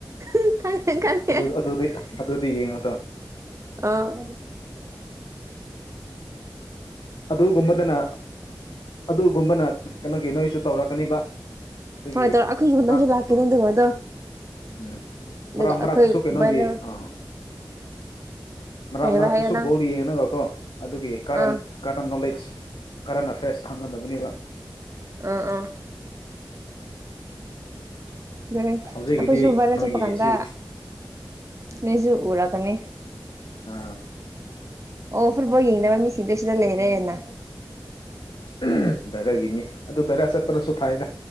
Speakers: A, on the right; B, on the left.
A: ꯍꯨꯡ ꯀꯥꯏ ꯈꯪꯇꯦ
B: ꯑꯗꯨ
A: <unintelligible>
B: ꯑꯗꯨꯗꯤ ꯑꯗꯨꯗꯤ ꯌꯦꯡꯉꯣꯗꯣ
A: ꯑ ꯑꯍ
B: ꯑꯗꯨꯒꯨꯝꯕꯗꯅ ꯑꯗꯨꯒꯨꯝꯕꯅ ꯀꯩꯅꯣꯒꯤ ꯅꯣꯏꯁꯨ ꯇꯧꯔꯛꯀꯅꯤꯕ ꯑꯗꯨꯒꯤ
A: ꯍꯣꯏ ꯇꯧꯔꯣ ꯑꯩꯈꯣꯏꯒꯤ ꯃꯇꯝꯁꯨ
B: ꯃꯔꯥꯡ
A: ꯂꯥꯛꯀꯅꯤ
B: ꯎꯝ
A: ꯑꯗꯨꯒꯨꯝꯕꯗꯣ
B: ꯎꯝ
A: ꯑꯗꯨꯒ
B: ꯃꯔꯥꯛ ꯃꯔꯥꯛꯇꯁꯨ
A: ꯑꯩꯈꯣꯏ
B: ꯀꯩꯅꯣꯒꯤ
A: ꯚꯥꯏꯔꯦꯜ
B: ꯑ ꯃꯔꯥꯛ
A: ꯀꯩ ꯍꯥꯏꯕ
B: ꯃꯔꯥꯛꯇꯁꯨ
A: ꯍꯥꯏꯌꯣ ꯅꯪ
B: ꯕꯣꯜ ꯌꯦꯡꯅꯕ ꯀꯣ ꯑꯗꯨꯒꯤ ꯀꯥꯔꯟ
A: ꯑꯥ
B: ꯀꯔꯟ ꯅꯣꯂꯦꯖ ꯀꯔꯟ ꯑꯐꯦꯌꯔꯁ ꯈꯪꯒꯗꯕꯅꯤꯕ
A: ꯑ ꯑ ꯒꯦꯔꯦ <unintelligible>
B: ꯍꯧꯖꯤꯛꯀꯤꯗꯤ
A: ꯑꯩꯈꯣꯏꯁꯨ ꯚꯥꯏꯔꯦꯜ
B: ꯅꯣꯏꯒꯤ
A: ꯆꯠꯄ ꯀꯥꯟꯗ
B: ꯑꯁꯤ
A: ꯅꯣꯏꯖꯨ ꯄꯨꯔꯛꯀꯅꯤ
B: ꯑꯥ
A: ꯑꯣ ꯐꯨꯠꯕꯣꯜ ꯌꯦꯡꯗꯕ ꯃꯤꯁꯤꯡꯗꯤ ꯁꯤꯗ ꯂꯩꯔꯦꯅꯥ
B: ꯎꯝ ꯚꯥꯏꯔꯦꯜꯒꯤ ꯃꯤ ꯑꯗꯨ ꯚꯥꯏꯔꯦꯜ ꯆꯠꯄꯗꯨꯁꯨ ꯐꯩꯗ